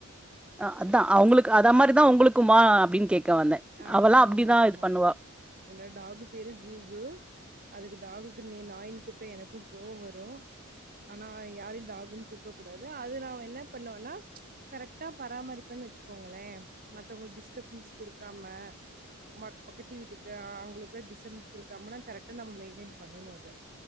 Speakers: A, in the centre; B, on the right.
A: அ அதா அவுங்களுக்கு அதா மாரிதா உங்களுக்குமா அப்டின் கேக்க வந்தே
B: ஆமா,
A: அவெல்லா அப்டிதா
B: ஆமா, ஆமா.
A: இது பண்ணுவா
B: என்னோட டாகு பேரு ஜூசு அதுக்கு டாகுக்கு நீ நாயின் கூப்ட்டா எனக்கு கோவ வரு ஆனா யாரையு டாகுன்னு கூப்ட கூடாது அது நா என்ன பண்ணோனா கரெக்டா பராமரிப்பேன்னு வச்சுக்கோங்களே மத்தவங்களுக்கு டிஸ்டப்பன்ஸ் குடுக்காம ம பக்கத்து வீட்டுக்கு அவுங்களுக்குல்லா டிஸ்டபன்ஸ் குடுக் கம்மனா கரெக்டா நம்ம மெயின்டெய்ன் பண்ணணு அத